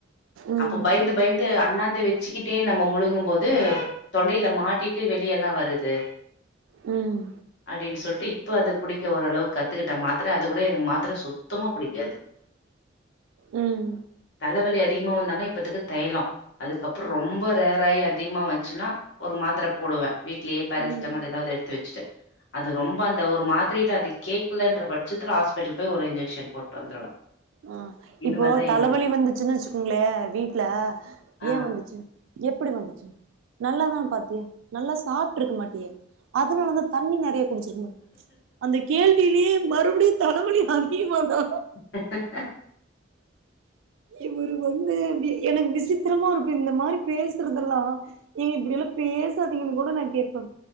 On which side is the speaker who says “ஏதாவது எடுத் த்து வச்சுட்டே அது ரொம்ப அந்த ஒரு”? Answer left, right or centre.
Left